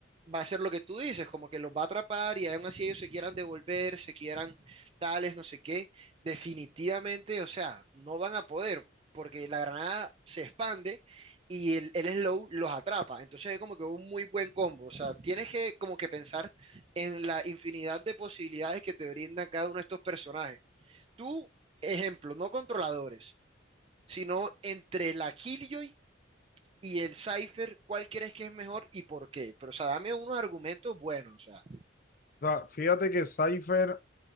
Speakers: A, on the right; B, on the left.
A: va a ser lo que tú dices, como que los va a atrapar y aún así ellos se quieran devolver, se quieran tales, no sé qué. Definitivamente, o sea, no van a poder porque la granada se expande y el, el slow los atrapa. Entonces es como que un muy buen combo. O sea, tienes que como que pensar en la infinidad de posibilidades que te brindan cada uno de estos personajes. Tú, ejemplo, no controladores, sino entre la Killjoy y el Cypher, ¿cuál crees que es mejor y por qué? Pero, o sea, dame unos argumentos buenos, o sea.
B: O sea, fíjate que Cypher